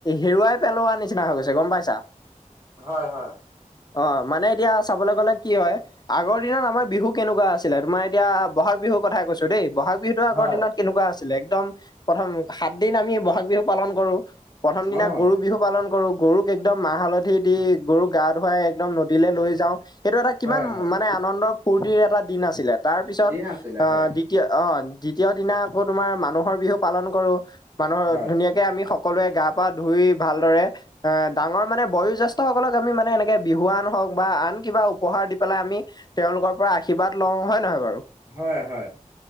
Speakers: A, on the left; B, on the right.
A: হেৰুৱাই পেলোৱা নিচিনা হৈ গৈছে গম পাইছা।
B: হয় হয়
A: অ মানে এতিয়া চাবলৈ গ'লে কি হয়। আগৰ দিনত আমাৰ বিহু কেনেকুৱা আছিলে তোমাৰ এতিয়া বহাগ বিহুৰ কথাই কৈছো দেই, বহাগ বিহুতো আগৰ
B: হয়
A: দিনত, কেনেকুৱা আছিলে একদম প্ৰথম সাত দিন আমি বহাগ বিহু পালন কৰো। প্ৰথম দিনা
B: অ'
A: গৰু বিহু পালন কৰো গৰু, একদম মাহ হালধি দি গৰুক গা ধুৱাই একদম নদীলে লৈ যাও সেইটো এটা কিমান
B: হয় হয়
A: মানে, আনন্দ ফূৰ্তিৰ এটা দিন আছিলে, তাৰ পিছত
B: দিন আছিলে
A: আহ
B: হয়
A: দ অ দ্বিতীয় দিনা আকৌ তোমাৰ মানুহৰ বিহু পালন কৰো। মানুহৰ
B: হয়
A: ধুনীয়াক এ আমি সকলোৱে গা পা ধুই ভালদৰে, আ ডাঙৰ মানে বয়োজ্যেষ্ঠ সকলক আমি মানে এনেকে বিহুৱান হওঁক বা আন কিবা উপহাৰ দি পেলাই আমি, তেওঁলোকৰ পৰা আশীৰ্বাদ লওঁ হয় নহয় বাৰু।
B: হয় হয়।